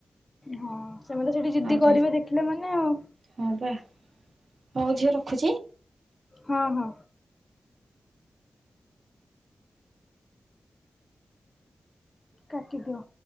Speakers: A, on the left; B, on the right.
A: ହଁ ସେମାନେ ସେଇଠି ଜିଦି
B: ଆଉ
A: କରିବେ
B: ଯେ
A: ଦେଖିଲେ ମାନେ ଆଉ।
B: ହଁ ବା ହଉ ଝିଅ ରଖୁଛି।
A: ହଁ ହଁ। କାଟିଦିଅ।